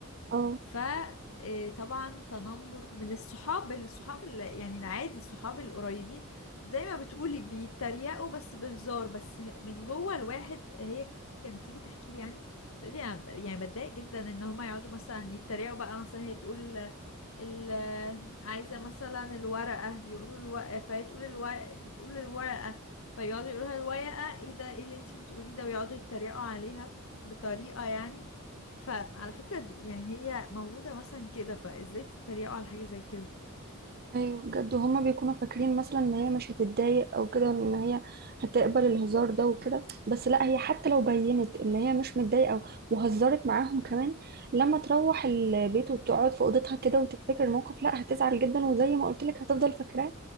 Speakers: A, on the right (about 45°); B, on the left (about 70°).
A: اه
B: فطبعا تنمر من الصحاب الصحاب ال- يعني العادي الصحاب القريبين زي ما بتقولي بيتريقوا بس بهزار بس ه- من جوه الواحد هي كانت تيجي تحكي لي يعني تقولي أنا ب- يعني بتضايق جدا ان هما يقعدوا مثلا يتريقوا بقى مثلا هي تقول ال عايزة مثلا الورقة يقولوا الورقة فهي تقول الورقة بتقول الورقة فيقعدوا يقولوا لها الورقة ايه ده ايه اللي انتي بتقوليه ده ويقعدوا يتريقوا عليها بطريقة يعني فعلى فكرة دي يعني هي مولودة مثلا كده فازاي تتريقوا على حاجة زي كده
A: ايوه بجد هما بيكونوا فاكرين مثلا ان هي مش هتتضايق او كده ان هي هتقبل الهزار ده وكده بس لا هي حتى لو بينت ان هي مش متضايقه وهزرت معاهم كمان لما تروح البيت وتقعد في اوضتها كده وتفتكر الموقف لا هتزعل جدا وزي ما قلت لك هتفضل فاكراه